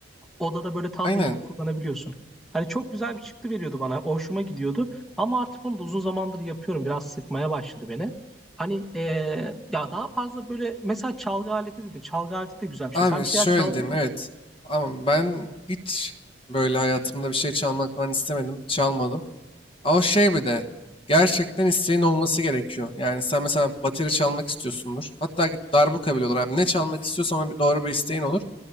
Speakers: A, in the centre; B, on the left.
A: Odada böyle tablo
B: Aynen.
A: gibi kullanabiliyorsun. Hani çok güzel bir çıktı veriyordu bana. Hoşuma gidiyordu. Ama artık onu da uzun zamandır yapıyorum. Biraz sıkmaya başladı beni. Hani eee, ya daha fazla böyle mesela çalgı aleti dedim. Çalgı aleti de güzel bir
B: Abi
A: şey. Sen bir
B: şöyle
A: şeyler çalabiliyor
B: diyeyim evet.
A: musun?
B: Ama ben hiç böyle hayatımda bir şey çalmak falan istemedim. Çalmadım. O şey bir de gerçekten isteğin olması gerekiyor. Yani sen mesela bateri çalmak istiyorsundur. Hatta git darbuka bile olur abi. Ne çalmak istiyorsan ona bir doğru bir isteğin olur.